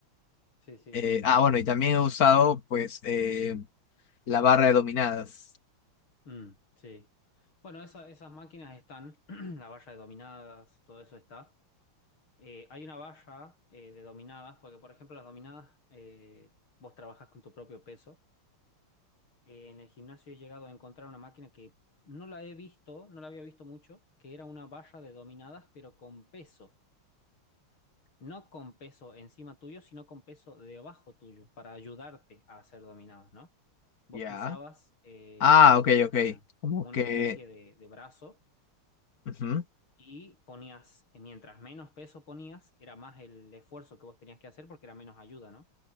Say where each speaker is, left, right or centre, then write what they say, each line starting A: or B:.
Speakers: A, on the left; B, on the left.
A: Sí, sí.
B: Eh, ah, bueno, y también he usado pues eh, la barra de dominadas.
A: Mm, sí. Bueno, esa- esas máquinas están, <clears throat> la valla de dominadas, todo eso está. Eh, hay una valla eh, de dominadas, porque por ejemplo las dominadas, eh, vos trabajás con tu propio peso. eh, en el gimnasio he llegado a encontrar una máquina que no la he visto, no la había visto mucho, que era una barra de dominadas, pero con peso. No con peso encima tuyo, sino con peso debajo tuyo, para ayudarte a hacer dominadas, ¿no? Vos
B: Ya.
A: pisabas eh,
B: Ah,
A: como
B: ok,
A: una,
B: ok. Como
A: como una
B: que...
A: especie de, de brazo
B: ujú.
A: y ponías, eh, mientras menos peso ponías, era más el esfuerzo que vos tenías que hacer porque era menos ayuda, ¿no?